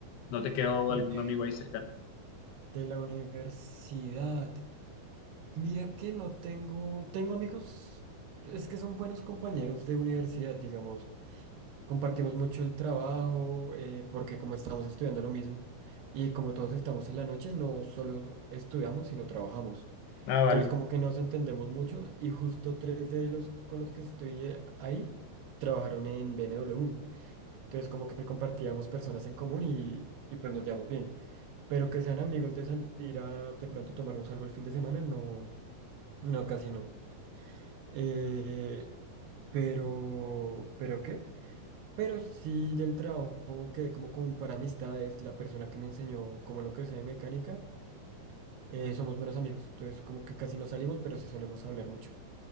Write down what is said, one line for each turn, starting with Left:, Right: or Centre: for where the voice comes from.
Left: no te quedó
Right: Uy,
Left: algún amigo ahí cercano?
Right: de la universidad. Mira que no tengo, tengo amigos, es que son buenos compañeros de universidad, digamos, compartimos mucho el trabajo, eh, porque como estamos estudiando lo mismo y como todos estamos en la noche, no solo estudiamos, sino trabajamos.
Left: Ah,
Right: Entonces
Left: vale.
Right: como que nos entendemos mucho y justo tres de los con los que estoy eh, ahí trabajaron en BMW. Entonces como que compartíamos personas en común y, y pues nos llevamos bien. Pero que sean amigos de salir a de pronto tomarnos algo el fin de semana, no, no, casi no. Eh, pero, ¿pero qué? Pero sí del trabajo que como con para amistades, la persona que me enseñó como lo que sea de mecánica, eh, somos buenos amigos. Entonces como que casi no salimos, pero sí solemos hablar mucho.